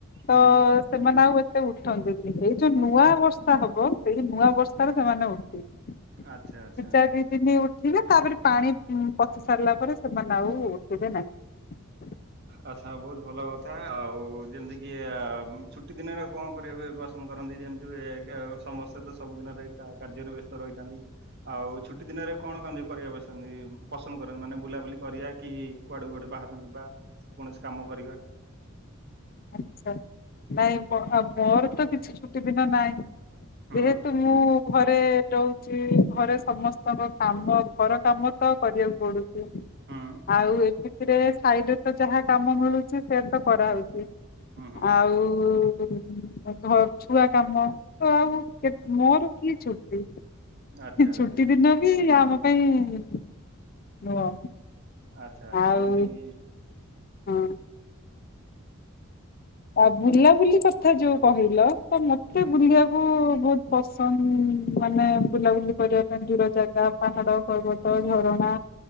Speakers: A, on the right; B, on the left.
A: ହୁଁ
B: ତ ସେମାନେ ଆଉ ଏ ସେ ଉଠନ୍ତିନି। ଏଇ ଯୋଉ ନୂଆ ବର୍ଷା ହବ। ସେଇ ନୂଆ ବର୍ଷାରେ ସେମାନେ ଉଠିବେ।
A: ଆଚ୍ଛା ଆଚ୍ଛା।
B: ଦି ଚାରି ଦି ଦିନି ଉଠିବେ। ତାପରେ ପାଣି ପଶି ସାରିଲା ପରେ ସେମାନେ ଆଉ ଉଠିବେ ନାହିଁ।
A: ଆଛା, ବହୁତ ଭଲ କଥା। ଆଉ ଯେମିତିକିଆ ଛୁଟି ଦିନରେ କଣ କରିବାପାଏ ପସନ୍ଦ କରନ୍ତି? ଯେମିତି ହୁଏ କାଉ ସମ ସହିତ ସବୁ ଦିନରେ କା-କାର୍ଯ୍ୟରେ ବ୍ୟସ୍ତ ରହିଥାନ୍ତି। ଆଉ ଛୁଟି ଦିନରେ କଣ କରି କରିବାବସନ୍ତି? ପସନ୍ଦ କରନ୍ତି, ମାନେ ବୁଲାବୁଲି କରିଆ କି କୁଆଡୁ ଗୋଟେ ବାହାରୁ ଯିବା କି କୌଣସି କାମ କରିବା।
B: ଆଛା, ନାଇଁ ମୋ-ମୋର ତ କିଛି ଛୁଟି ଦିନ ନାହିଁ।
A: ହୁଁ
B: ଯେହେତୁ ମୁଁ ଘରେ ରହୁଛି। ଘରେ ସମସ୍ତଙ୍କ କାମ, ଘର କାମ ତ କରିବାକୁ ପଡୁଛି।
A: ହୁଁ
B: ଆଉ ଏମତିରେ ସାଇଡ୍ ରେ ତ ଯାହା କାମ ମିଳୁଛି ସେ ତ କରାହେଉଛି।
A: ହୁଁ ହୁଁ
B: ଆଉ-ଉ-ଉ ଘ ଛୁଆ କାମ ତ, ଆଉ ମୋର କିଏ ଛୁଟି?
A: ଆଚ୍ଛା
B: ଛୁଟି ଦିନ ବି ଆମ ପାଇଁ ନୁହଁ।
A: ଆଚ୍ଛା, ଆଚ୍ଛା,
B: ଆଉ
A: ଯେମିତିକି
B: ହଁ। ଆଉ ବୁଲାବୁଲି କଥା ଯୋଉ କହିଲ, ତ ମତେ ବୁଲିଆକୁ ବହୁତ ପସନ୍ଦ। ମାନେ ବୁଲାବୁଲି କରିବା ପାଇଁ ଦୂର ଜାଗା, ପାହାଡ, ପର୍ବତ, ଝରଣା